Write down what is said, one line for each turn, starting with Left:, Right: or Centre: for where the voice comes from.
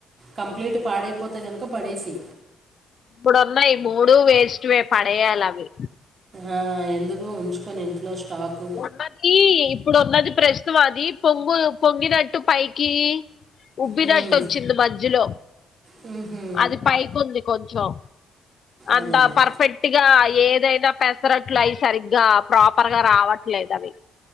Right: కంప్లీట్ పాడైపోతే గనుక పడేసి
Left: ఇప్పుడున్నాయి మూడు వేస్ట్వే పడేయాలి అవి.
Right: ఆ ఎందుకు ఉంచుకొని ఇంట్లో స్టాకు.
Left: ఉన్నది ఇప్పుడు ఉన్నది ప్రస్నవా అది పొంగు పొంగినట్టు పైకి ఉబ్బినట్టు
Right: హ్మ్.
Left: వచ్చింది మధ్యలో
Right: హుహు.
Left: అది పైకి ఉంది కొంచెం. అంత
Right: అదేలే.
Left: పర్ఫెక్ట్ గా ఏదైనా పెసరట్లు అయి సరిగ్గా ప్రాపర్గా రావట్లేదు అవి.